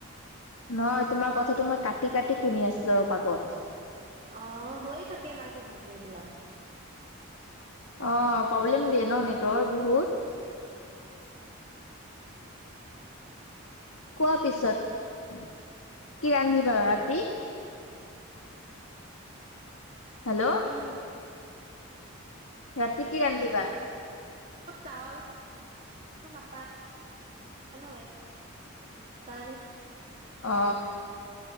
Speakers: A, on the left; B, on the right.
A: নহয় তোমাৰ কথাটো মই কাটি কাটি শুনি আছিলো অলপ আগত।
B: অ হয় থাকে মাজে মাজে এইবিলাক।
A: অ প্ৰব্লেম দিয়ে ন নেটৰ বহুত কোৱা পিছত কি ৰান্ধিবা ৰাতি? হেল্ল'
B: উম
A: ৰাতি কি ৰান্ধিবা?
B: চাউল নাপায় নহয় সেইকাৰণে
A: অ